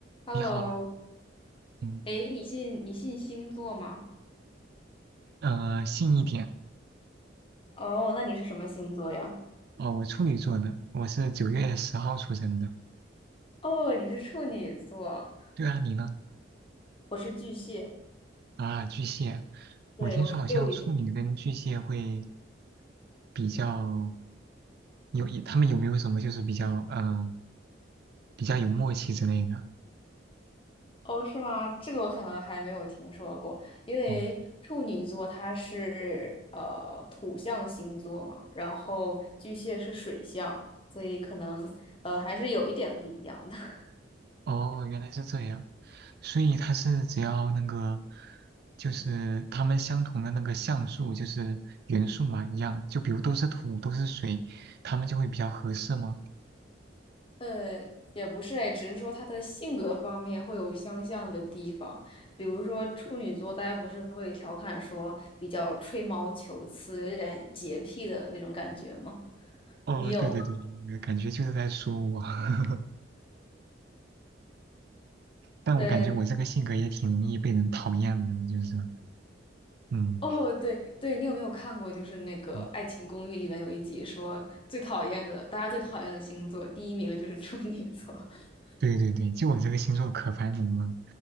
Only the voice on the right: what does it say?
你好，嗯，
呃，信一点
哦，我处女座的，我是九月十号出生的。
对啊，你呢？
啊，巨蟹，
我听说好像处女跟巨蟹会
比较有，他们有没有什么就是比较，嗯、呃比较有默契之类的？
嗯，
哦，原来是这样，所以它是只要那个，就是它们相同的那个像素，就是元素嘛，一样，就比如都是土，都是水，它们就会比较合适吗？
哦，
对对对，感觉就是在说我，<laughs> 但我感觉我这个性格也挺容易被人讨厌的，
就是，嗯，
嗯
对对对，就我这个星座可烦人了，